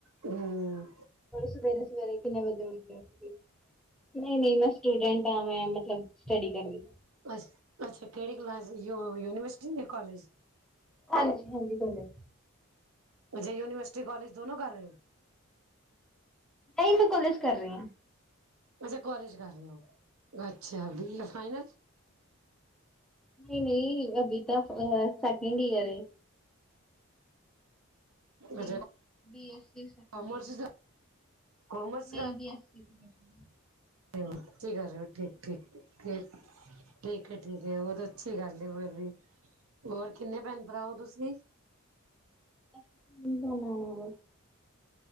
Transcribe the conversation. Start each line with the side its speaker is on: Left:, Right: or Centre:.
Right: ਹੂੰ,
Centre: ਸਵੇਰੇ-ਸਵੇਰੇ ਕਿੰਨੇ ਵਜੇ ਉਠਦੇ ਓ? ਨਹੀਂ-ਨਹੀਂ ਮੈਂ ਸਟੂਡੈਂਟ ਹਾਂ ਮੈਂ ਮਤਲਬ ਸਟੱਡੀ ਕਰਦੀ।
Right: ਅ ਅੱਛਾ ਕਿਹੜੀ ਕਲਾਸ ਯੂਨੀਵਰਸਿਟੀ ਜਾਂ ਕਾਲਜ
Centre: ਹਾਂਜੀ-ਹਾਂਜੀ ਕੌਲੇਜ।
Right: ਅੱਛਾ, ਯੂਨੀਵਰਸਿਟੀ ਕਾਲਜ ਦੋਨੋ ਕਰ ਰਹੇ ਔ?
Centre: ਨਹੀਂ, ਮੈਂ ਕੋਲੇਜ ਕਰ ਰੀ ਆ।
Right: ਅੱਛਾ, ਕੋਲੇਜ ਕਰ ਰਹੇ ਔ, ਅੱਛਾ ਬੀ ਏ ਫਾਇਨਲ।
Centre: ਨਈ-ਨਈ ਅਭੀ ਤਾਂ ਸੈਕਿੰਡ ਈਅਰ ਏ। ਬੀ
Right: ਅੱਛਾ
Centre: B S C second
Right: commerce commerce
Centre: ਨਹੀਂ ਜੀ ਅਸੀਂ <unintelligible>
Right: ਗੱਲ ਠੀਕ-ਠੀਕ ਠੀ ਠੀਕ-ਠੀਕ, ਉਹ ਤਾਂ ਅੱਛੀ ਗੱਲ ਐ। ਹੋਰ ਵੀ, ਹੋਰ ਕਿੰਨੇ ਭੈਣ ਭਰਾਓ ਔ ਤੁਸੀਂ?
Centre: <inaudible>